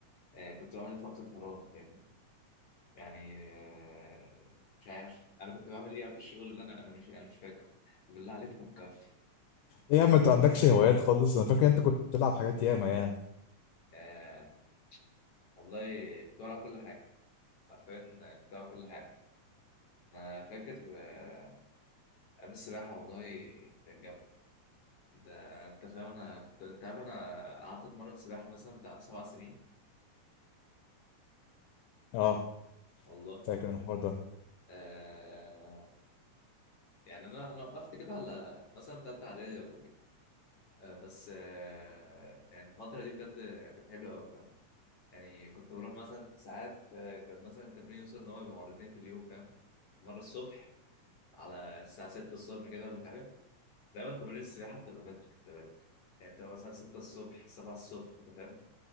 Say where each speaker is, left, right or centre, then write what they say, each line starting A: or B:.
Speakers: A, on the left; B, on the left.
A: أه كنت بعمل ايه في وقت الفراغ فاهمني يعني أه مش عارف انا كنت بعمل ايه قبل الشغل اللي انا انا مش انا مش فاكر بالله عليك فكرتي
B: ايه يا عم انت ما عندكش هوايات خالص انا فاكر انت كنت بتلعب حاجات ياما يعني
A: أه والله كنت بلعب كل حاجه حرفيا بتاع كل حاجة أنا فاكر آه، أيام السباحة والله كانت جامدة أنت أنت فاهم أنا كنت أنت عارف أنا قعدت أتمرن سباحة مثلا بتاع سبع سنين
B: اه
A: والله
B: فاكر انا الحوار ده
A: آه... يعني أنا أنا وقفت كده على مثلا تالتة إعدادي ولا حاجة آه بس آه... يعني الفترة دي بجد كانت حلوة أوي فاهم يعني كنت بروح مثلا ساعات آه، كان مثلا التمرين يوصل إن هو يبقى مرتين في اليوم فاهم مرة الصبح على الساعة 6 الصبح كده ولا حاجة دايما تمارين السباحة بتبقى بدري خلي بالك يعني بتبقى مثلا 6 الصبح 7 الصبح أنت فاهم